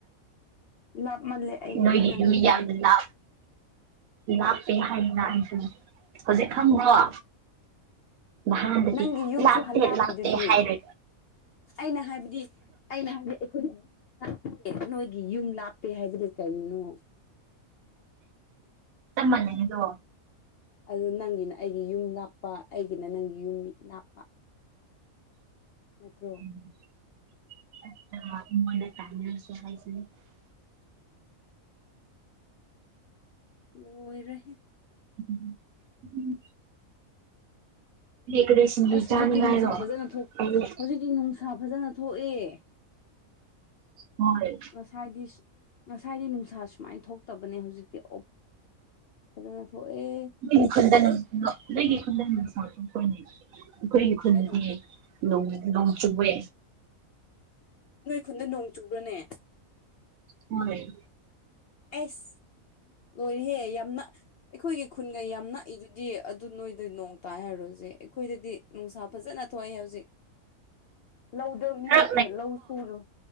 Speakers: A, on the left; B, on the right.
A: ꯂꯥꯞꯃꯜꯂꯦ ꯑꯩꯒꯤꯗꯤ
B: ꯂꯣꯏ
A: ꯅꯪꯒꯤ
B: ꯃꯤ
A: ꯌꯨꯝꯗꯣ
B: ꯌꯥꯝ ꯂ ꯂꯥꯞꯄꯦ ꯍꯥꯏꯌꯦ ꯂꯥꯛꯁ ꯍꯧꯖꯤꯛ ꯈꯪꯉ꯭ꯔꯣ ꯥꯟꯗꯗꯤ
A: ꯅꯪꯒꯤ ꯌꯨꯝꯁꯨ
B: ꯂꯥꯛꯇꯦ
A: ꯂꯥꯞꯄꯤꯗꯨꯗꯤ
B: ꯂꯥꯛꯇꯦ ꯍꯥꯏꯔ
A: ꯑꯩꯅ ꯍꯥꯏꯕꯗꯤ ꯑꯩꯅ ꯍꯥꯏꯕꯗꯤ ꯑꯩꯈꯣꯏꯒꯤ <inaudible> ꯅꯣꯏꯒꯤ ꯌꯨꯝ ꯂꯥꯞꯄꯦ ꯍꯥꯏꯕꯗꯤ ꯀꯔꯤꯅꯣ
B: ꯆꯞꯃꯥꯟꯌꯦꯗꯣ
A: ꯑꯗꯨ ꯅꯪꯒꯤꯅ ꯑꯩꯒꯤ ꯌꯨꯝ ꯂꯥꯞꯄ ꯑꯩꯒꯤꯅ ꯅꯪꯒꯤ ꯌꯨꯝ ꯂꯥꯞꯄ ꯑꯆꯥ <inaudible>
B: <unintelligible> <inaudible>
A: ꯂꯣꯏꯔꯦꯍꯦ
B: ꯎꯝ ꯎꯝ <inaudible> ꯀꯔꯤ ꯁꯤꯡꯖꯨ
A: ꯑꯁ
B: ꯆꯥꯅꯤꯡꯉꯥꯏꯔꯣ
A: ꯍꯧꯖꯤꯛꯇꯤ ꯅꯨꯡꯁꯥ ꯐꯖꯅ ꯊꯣꯛ
B: ꯑꯩ
A: ꯍꯧꯖꯤꯛꯇꯤ ꯅꯨꯡꯁꯥ ꯐꯖꯅ ꯊꯣꯛꯑꯦ
B: ꯍꯣꯏ
A: ꯉꯁꯥꯏꯗꯤ ꯉꯁꯥꯏꯗꯤ ꯅꯨꯡꯁꯥ ꯁꯨꯃꯥꯏꯅ ꯊꯣꯛꯇꯕꯅꯦ ꯍꯧꯖꯤꯛꯇꯤ ꯑꯣꯣꯞ ꯐꯖꯅ ꯊꯣꯛꯑꯦ
B: ꯅꯪꯒꯤ ꯈꯨꯟꯗ <inaudible> ꯅꯪꯒꯤ ꯈꯨꯟꯗ <inaudible> ꯑꯩꯈꯣꯏꯒꯤ ꯈꯨꯟꯗꯗꯤ
A: ꯀꯩ ꯍꯥꯏꯅꯣ
B: ꯅꯣꯡ ꯅꯣꯡ ꯆꯨꯕꯦ
A: ꯅꯣꯏ ꯈꯨꯟꯗ ꯅꯣꯡ ꯆꯨꯕ꯭ꯔꯅꯦ
B: ꯍꯣꯌ
A: ꯑꯦꯁ ꯂꯣꯏꯔꯍꯦ ꯌꯥꯝꯅ ꯑꯩꯈꯣꯏꯒꯤ ꯈꯨꯟꯒ ꯌꯥꯝ ꯅꯛꯏꯗꯨꯗꯤ ꯑꯗꯨ ꯅꯣꯏꯗ ꯅꯣꯡ ꯇꯥꯏ ꯍꯥꯏꯔꯨꯔꯁꯦ ꯑꯩꯈꯣꯏꯗꯗꯤ ꯅꯨꯡꯁꯥ ꯐꯥꯅꯥ ꯊꯣꯛꯑꯦ ꯍꯧꯖꯤꯛ ꯂꯧꯗ ꯃꯤ
B: ꯈꯔ
A: ꯑꯦ ꯂꯧ ꯁꯨꯔꯨ